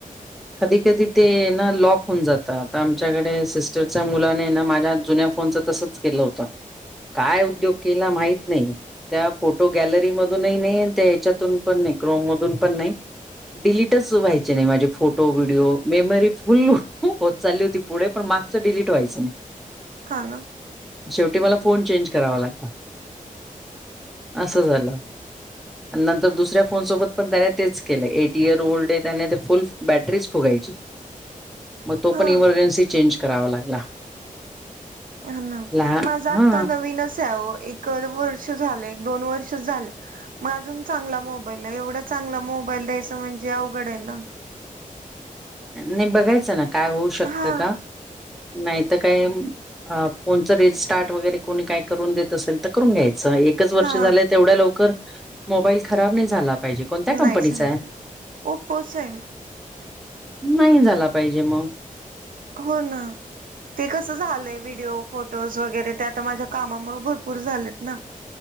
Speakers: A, in the centre; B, on the right (about 75°).
A: कधी कधी ते ना लॉक होऊन जात आता आमच्याकडे सिस्टरच्या मुलाने न माझ्या जुन्या फोनच तसंच चं केलं होत काय उद्योग केला माहित नाही. त्या फोटो गॅलरी मधूनही नही त्या हयच्यातून पण नाही क्रोम मधून पण नाही. डिलीटच व्हायचे नाय माझे फोट तो व्हिडिओ मेमरी फुल होत चालली होती पुढे पण मागचं डिलीट व्हायंचं नाय.
B: हा ना
A: शेवटी मला फोन चेंज करावा लागला असं झालं. नंतर दुसऱ्या फोन सोबत पण त्याने तेच केलं एट इयर ओल्ड ये त्याने त फुल बॅटरीच फुगायची म तो
B: हा
A: पण इमर्जन्सी चेंज करावा लागला.
B: हा ना
A: लहान
B: माझा आत्ता
A: हा
B: नवीनच हाय ओ एखाद वर्ष झालं एक दोन वर्षच झालेत. मग अजून चांगला मोबाईल ये एवढा चांगला मोबाईल द्यायच म्हणजे अवघड हाय ना
A: नाही बघायचं ना काय होऊ शकतं
B: हा
A: का नाय त काय? अ फोनचं रिस्टार्ट वगैरे कोणी काय करून देत असेल त करून घ्यायचं एक एकच वर्ष
B: हा
A: झालं तेवढ्या लवकर मोबाईल खराब नाही झाला पाहिजे. कोणत्या कंपनीचा
B: नाय झाला
A: आहे
B: पाहिजे ओपोचय.
A: नाही झाला पाहिजे म
B: हो ना ते कसं झालंय व्हिडिओ फोटोज वगैरे ते आता माझ्या कामामुळे भरपूर झालेत ना <inaudible>